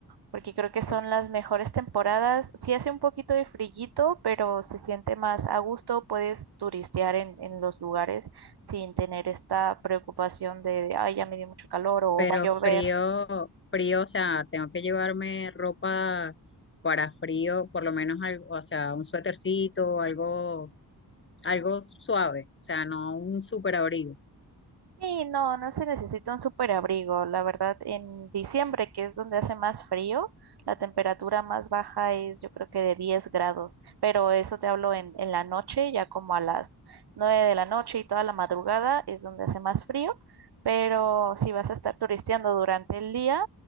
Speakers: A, on the right (about 70°); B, on the left (about 30°).
A: porque creo que son
B: ok.
A: las mejores temporadas. Sí hace un poquito de frillito, pero se siente más a gusto, puedes turistear en, en los lugares sin tener esta preocupación de, ay, ya me dio mucho calor o
B: Pero
A: va a llover.
B: frío, frío, o sea, tengo que llevarme ropa para frío, por lo menos algo, o sea, un suétercito, algo, algo suave, o sea, no un súper abrigo.
A: Sí, no, no se necesita un superabrigo. La verdad, en diciembre, que es donde hace más frío, la temperatura más baja es yo creo que de 10 grados, pero eso te hablo en, en la noche, ya como a las 9 de la noche y toda la madrugada es donde hace más frío, pero si vas a estar turisteando durante el día,